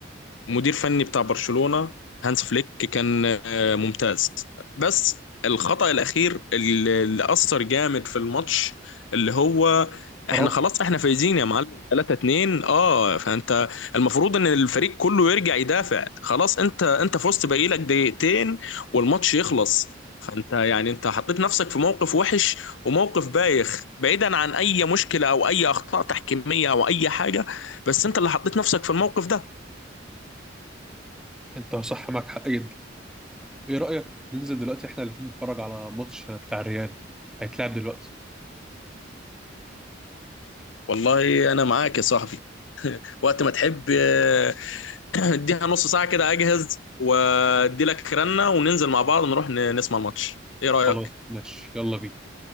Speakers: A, on the left (about 75°); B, in the centre.
A: مدير فني بتاع برشلونة هانس فليك كان آه، ممتاز بس الخطأ الأخير اللي اللي أثر جامد في الماتش اللي هو احنا
B: اراوخو
A: خلاص احنا فايزين يا معلم 3-2 اه فانت المفروض ان الفريق كله يرجع يدافع خلاص انت انت فزت باقي لك دقيقتين والماتش يخلص فانت يعني انت حطيت نفسك في موقف وحش وموقف بايخ بعيدا عن اي مشكلة او اي اخطاء تحكيمية او اي حاجة بس انت اللي حطيت نفسك في الموقف ده
B: انت صح معاك حق جدا ايه رايك ننزل دلوقتي احنا الاثنين نتفرج على ماتش بتاع الريال هيتلعب دلوقتي
A: والله انا معاك يا صاحبي وقت ما تحب آه، <clears throat> اديها نص ساعة كده اجهز وادي لك رنة وننزل مع بعض نروح ن- نسمع الماتش ايه رأيك
B: خلاص ماشي يلا بينا